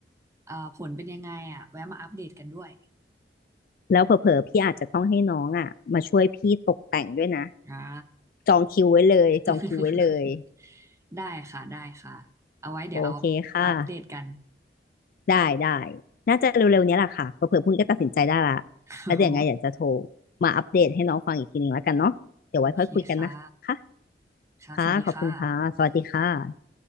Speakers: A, on the right; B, on the left.
A: เอ่อผลเป็นยังไงอ่ะแวะมาอัปเดตกันด้วย
B: แล้วเผลอๆพี่อาจจะต้องให้น้องอ่ะมาช่วยพี่ตกแต่งด้วยนะ
A: อ่า
B: จองคิวไว้เลยจองคิวไว้เลย
A: <laughs> ได้ค่ะได้ค่ะเอาไว้เดี๋ยวเอา
B: โอเคค่ะ
A: อัปเดตกัน
B: ได้ได้ น่าจะเร็วๆเนี้ยแหละค่ะเผื่อๆพรุ่งนี้ก็ตัดสินใจได้ละแล้วเดี๋ยวยังไงอยากจะโทร
A: <laughs>
B: มาอัปเดตให้น้องฟังอีกทีหนึ่งแล้วกันเนาะเดี๋ยวไว้ค่อยคุยกันนะคะ
A: โอเคค่ะค่ะสวัสดีค่ะ
B: ค่ะ ขอบคุณค่ะ สวัสดีค่ะ